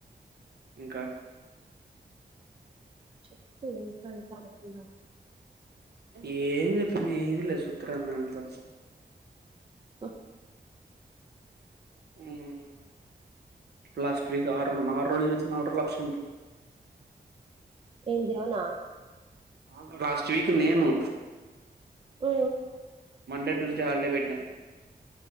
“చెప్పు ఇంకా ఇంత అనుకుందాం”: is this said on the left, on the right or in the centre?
Right